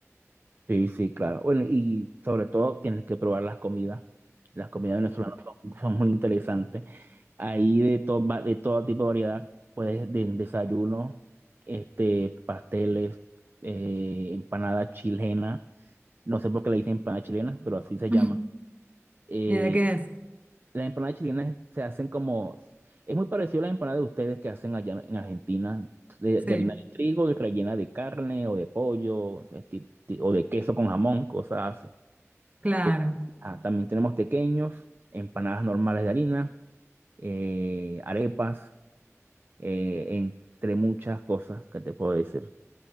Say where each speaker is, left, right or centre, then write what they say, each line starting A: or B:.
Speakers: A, on the right; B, on the right.
A: Sí, sí, claro. Bueno, y sobre todo tienes que probar las comidas. Las comidas venezolanas son, son muy interesantes. Ahí de todo, va- de todo tipo de variedad, puedes de desayuno, este, pasteles, eh, empanada chilena. No sé por qué le dicen empanada chilena, pero así se llama.
B: <laughs>
A: Eh,
B: ¿Y de qué es?
A: las empanadas chilenas se hacen como, es muy parecido a las empanadas de ustedes que hacen allá en Argentina, de,
B: Sí,
A: de harina de trigo y rellena de carne o de pollo, este, o de queso con jamón, cosas así.
B: claro.
A: Te- ah, también tenemos tequeños, empanadas normales de harina, eh, arepas, eh, entre muchas cosas que te puedo decir.